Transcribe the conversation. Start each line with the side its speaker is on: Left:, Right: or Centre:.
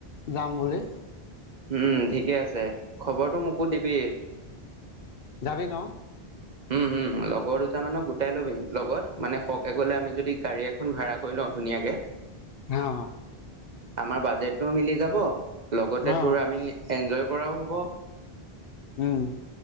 Left: যাম বুলি।
Right: উম ঠিকে আছে, খবৰটো মোকো দিবি।
Left: যাবি ন?
Right: উম উম, লগৰ দুটা মানক গোটাই লবি লগত, মানে সৰকে গ'লে আমি যদি গাড়ী এখন ভাড়া কৰি লওঁ ধুনীয়াকে
Left: অ
Right: আমাৰ বাজেটটোও মিলি যাব লগতে
Left: অ
Right: তোৰ আমি এনজয় কৰাও হ'ব
Left: উম।